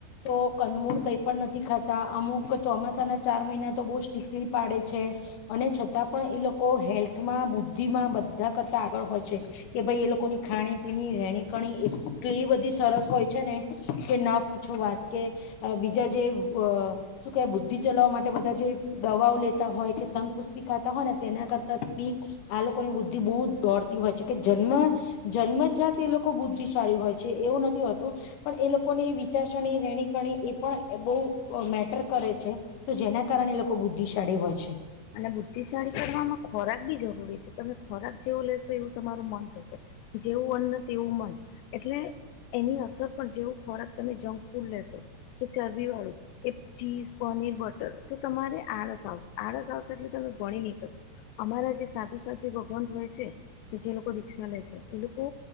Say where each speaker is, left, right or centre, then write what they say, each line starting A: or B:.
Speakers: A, on the left; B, on the left.
A: તો કંદમૂળ કઈ પણ નથી ખાતા અમુક ચોમાસાના ચાર મહિના તો બહુ સ્ટીકલી લી પાડે છે અને છતાં પણ એ લોકો હેલ્થમાં બુદ્ધિમાં બ બધા કરતા આગળ હોય છે કે ભાઈ એ લોકોની ખાણી પીણી રણી કણી એ એટલી બધી સરસ હોય છે ને કે ના પૂછ પૂછો વાત કે બીજા જે શું કે બુદ્ધિ ચલાવવા માટે બધા જે દવાઓ લે લેતા હોય કે સંઘ પુષ્પી ખાતા હોય ને તેના કરતા બી આ લોકોની બુદ્ધ બુદ્ધિ બહુ દોડતી હોય છે કે જન્મ જન્મ જ જાત એ લોકો બુદ્ધિશાળી હોય છે એવું નથી હોતું પણ એ લોકોની વિચારસરણી રેણી કરણી એ પણ બહુ મેટર કરે છે તો જેના કારણે એ લોકો બુદ્ધિશાળી હોય છે
B: અને બુદ્ધિશાળી કરવામાં ખોરાક બી જરૂરી છે તમે ખોરાક જેવું લેશો એવું તમારું મન થશે જેવું અન્ન એવું મન એટલે એની અસર પણ જેવું ખોરાક તમે જંક ફૂડ લેશો કે ચરબી વાળું કે ચીઝ પનીર બટર તો તમારે આળસ આવશે આળસ આવશે એટલે તમે ભણી નહી શકો અમારા જે સાધુ સાથી ભગવાન હોય છે તો જે લોકો દીક્ષા લે છે એ લોકો